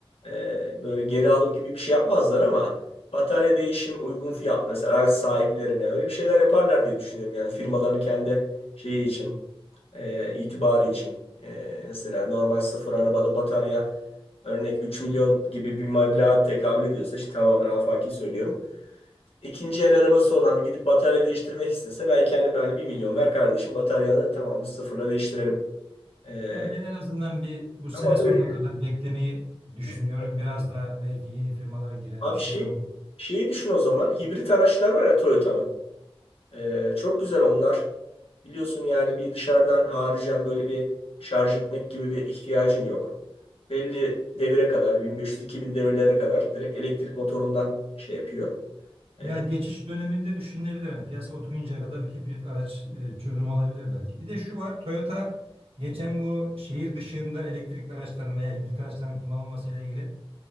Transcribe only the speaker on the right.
Yani ben en azından bir bu sene
sonuna
kadar beklemeyi düşünüyorum.
Biraz da belki yeni firmalar girer,
bir şeyler
olur.
Yani
geçiş döneminde düşünülebilir. Hani piyasa oturuncaya kadar bir hibrit araç e, çözüm olabilir belki. Bir de şu var. Toyota geçen bu şehir dışında elektrikli araçların veya hibrit araçların kullanılması ile ilgili